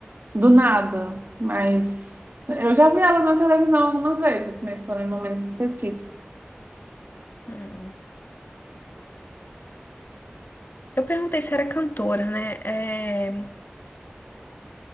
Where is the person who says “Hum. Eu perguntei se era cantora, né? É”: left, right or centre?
Left